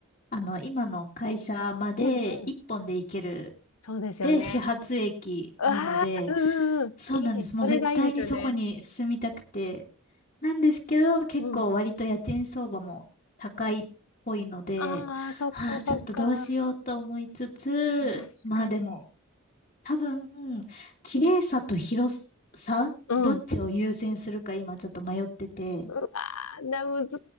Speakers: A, on the left; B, on the left.
A: あの、今の会社まで一本で行ける
B: うんうん。そうですよね。
A: で、始発駅なので、
B: ああ、うんうん。
A: そうなんです。
B: いい。
A: もう絶対にそこに住みたくて。
B: それがいいですよね。
A: なんですけど、結構割と家賃相場も高いっぽいので、
B: うん。ああ、そっかそっか。
A: ああ、ちょっとどうしようと思いつつ、
B: 確かに。
A: まあでも、多分、綺麗さと広さ、
B: うん。
A: どっちを優先するか今ちょっと迷ってて。
B: うわな難し